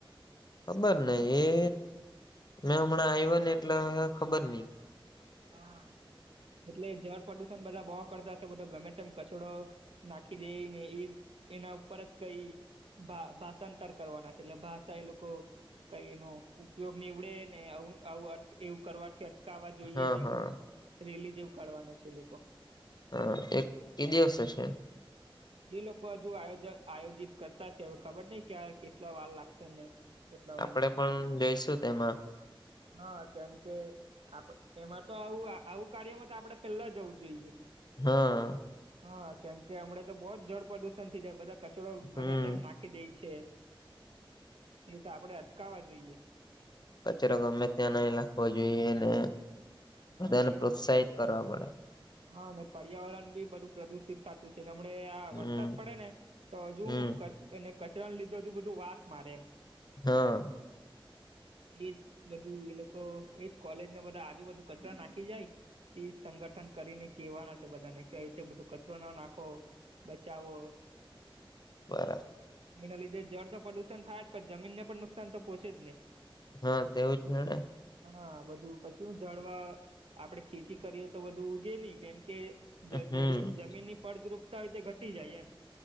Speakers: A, on the left; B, on the right.
A: ખબર નહ એ મેં હમણાં આવ્યા ને એટલે ખબર નહ
B: હા એટલે જળ પ્રદુષણ બધા બો કરતાશે બધા ગમે તેમ કચરો નાખી દેને એ એના ઉપર જ કઈ ભા ભાષાંતર કરવાના છે એટલે ભાષા એ લોકો કઈ એનો ઉપયોગ નીવડે ને આવું એવું કરવાથી અટકાવવા જોઈએ
A: હા
B: ને એવું
A: હા
B: રેલી જેવું કાઢવાના છે લોકો
A: હ એક કે દિવસ હશે
B: જે લોકો હજુ આયોજ આયોજિત કરતા હશે હવે ખબર નહ કે કેટલા વાર લાગશે ને કેટલા વાર
A: આપડે
B: નહી
A: પણ જઈશું તેમાં
B: હા કેમ કે આપ એમાં તો આવું આવું કાર્યમાં તો આપડે પેલા જવું જોઈએ
A: હા
B: હા કેમ કે હમણા તો બહુ જ જળ પ્રદુષણ થઈ જાય બધા કચરો
A: હમ
B: ગમે તેમ નાખી દે છે એ તો આપણેે અટકાવવા જોઈએ
A: કચરો ગમે ત્યાં નઈ નાખવો જોઈએ ને બધાને
B: હા એજ
A: પ્રોત્સાહિત કરવા પડે
B: હા ને પર્યાવરણ બી બધું પ્રદુષિત થતું હશે હમણે આ
A: હમ
B: વરસાદ પડે ને તો હજુ
A: હમ
B: કચરાને લીધું હજુ બધું વાસ મારે એમ
A: હા
B: <inaudible> એજ બધું એ લોકો એજ કોલેજને બધા આજુબાજુ કચરા નાખી જાય તે સંગઠન કરીને કેવાના છે બધાને કે આવી રીતે બધું કચરો ન નાખો બચાવો <inaudible>
A: બઅ
B: એના લીધે જળ તો પ્રદુષણ થાય જ પણ જમીનને પણ નુકસાન તો પોહોચે જ ને
A: હા તેવુંજ ને હવે
B: હા બધું પછી હું જળવા આપડે ખેતી કરીએ તો બધું ઉગે નહી કેમકે જ
A: હમ
B: જ જમીન ની ફળદ્રુપતા હોય તે ઘટી જાય એમ